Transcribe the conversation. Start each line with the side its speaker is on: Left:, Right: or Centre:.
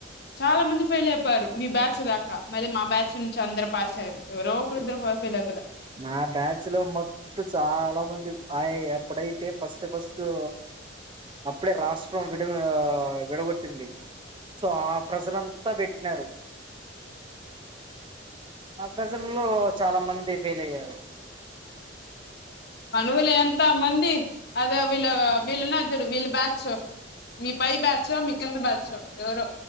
Left: చాలా మంది ఫెయిల్ అయిపోయారు మీ బ్యాచ్ దాకా మళ్ళీ మా బ్యాచ్ నుంచి అందరు పాస్ అయ్యారు ఎవరో ఒకరి ఇద్దరు ఫెయిల్ అవురు.
Right: నా బ్యాచ్ లో మొత్ చాలా మంది ఆ ఎప్పుడైతే ఫస్ట్ ఫస్ట్ టూ అప్పుడే రాష్ట్రం ఒకట్ విడగొట్టింది సో ఆ ప్రజరంతా పెట్టినారు ఆ ప్రెజర్ లో చాలా మంది <unintelligible>
Left: పనుగులు ఎంత మంది అదో వీళ్ళ వీళ్ళ నద్దరు వీళ్ళు బ్యాచో మీ పై బ్యాచో మీ కింద బ్యాచో ఎవరో